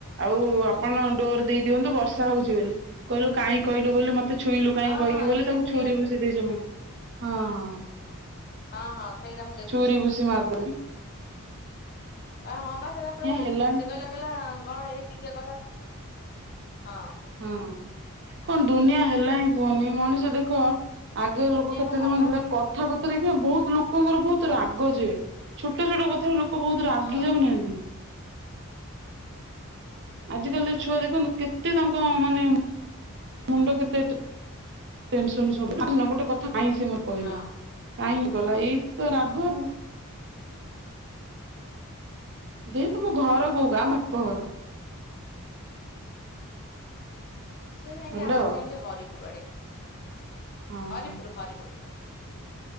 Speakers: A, on the right; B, on the left.
A: ଆଉ ଆପଣ ଡୋର ଦେଇଦିଅନ୍ତୁ ବର୍ଷା ହଉଛି ବୋଲି କହିଲୁ କାହିଁ କହିଲୁ ବୋଲି ମତେ- ତୁ ଛୁଇଁଲୁ କାହିଁକି
B: ହଁ
A: କହିକି
B: ହଁ
A: ବୋଲି
B: ଏଇଟା
A: ତାକୁ
B: ଟିକେ
A: ଛୁରୀ
B: ଦେଖିଥିଲି
A: ଭୁସି ଦେଇଛି ମ ହଁ ହଁ
B: ହଁ ହଁ ସେଇଟା ମୁଁ ଦେଖିଥିଲି
A: ଛୁରି ଭୁସି ମାରି ଦଉନି।
B: ହଁ ବା ସେଟା ପୁରା ଇଏ
A: ହେଲାଣି
B: ସେ କହିଲା କହିଲା କଣ ଏଇ ଟିକେ ହଁ
A: ହଁ କଣ ଦୁନିଆ ହେଲାଣି କୁହନି ମଣିଷ ଦେଖ ଆଗେ ଲୋକ
B: ଦୁନିଆ
A: କେତେ
B: ବା ହଁ
A: ଧାଉଁ
B: ବା
A: ଥିଲେ କଥାପଦେ ଆଜ୍ଞା ବହୁତ ଲୋକଙ୍କର ବହୁତ ରାଗ ଯେ ଛୋଟ ଛୋଟ କଥାରେ ଲୋକ ବହୁତ ରାଗି
B: ହଁ
A: ଯାଉନାହାନ୍ତି। ଆଜି କାଲି ଛୁଆ ଦେଖନ୍ତୁ କେତେ ତାଙ୍କ ମାନେ ମୁଣ୍ଡ କେତେ ଟେଂସନ୍ ସବୁ ନା ନା ଗୋଟେ କଥା କାଇଁ ସେ ମତେ କହିଲା?
B: ହଁ
A: ଗଲା ଏଇତ ତ ରାଗ ଆଉ। ଦେଇ ତୁମ ଘର କୋଉ ଗାଁ ବାପା ଘର?
B: ସେ ଯାଇକି
A: ହାଲୋ
B: ଆମର ଯାଇକି ହରିପୁର ଆଡେ।
A: ହଁ
B: ହରିପୁର
A: ହଁ।
B: ହରିପୁର।